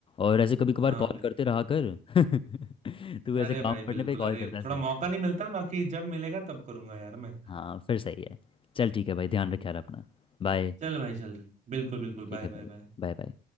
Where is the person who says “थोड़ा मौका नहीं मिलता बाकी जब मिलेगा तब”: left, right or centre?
Right